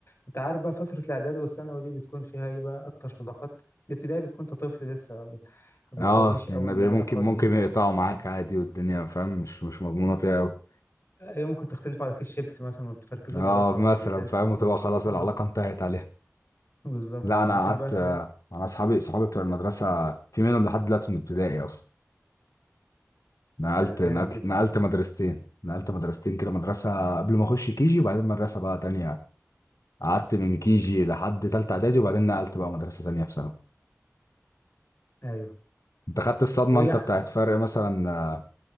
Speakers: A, on the left; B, on the left.
A: انت عارف بقى فترة الاعدادي والثانوي دي بتكون فيها ايه بقى اكتر صداقات الابتدائي بتكون انت طفل لسه ما بتكونش
B: اه
A: اول
B: النبي
A: العلاقات
B: ممكن ممكن
A: دي
B: يقطعوا معاك عادي والدنيا فاهم مش مش مضمونة فيها قوي
A: يمكن تختلفوا على كيس شيبسي مثلا وتفركشوا
B: اه
A: العلاقة
B: مثلا
A: بتاعتكم
B: فاهم وتبقى
A: بقى
B: خلاص العلاقة
A: آه.
B: انتهت عليها
A: بالظبط
B: لا
A: لكن
B: انا قعدت
A: بقى في
B: انا
A: ال-
B: اصحابي صحابي بتوع المدرسه في منهم لحد دلوقتي من ابتدائي اصلا نقلت
A: ده
B: نقلت
A: جامد جدا
B: نقلت مدرستين نقلت مدرستين كده مدرسه قبل ما اخش كيجي وبعدين مدرسه بقى تانية قعدت من كيجي لحد تالتة اعدادي وبعدين نقلت بقى مدرسه تانية في ثانوي
A: ايوه
B: انت خدت الصدمه
A: وهي
B: انت
A: احسن
B: بتاعت فرق مثلا آه،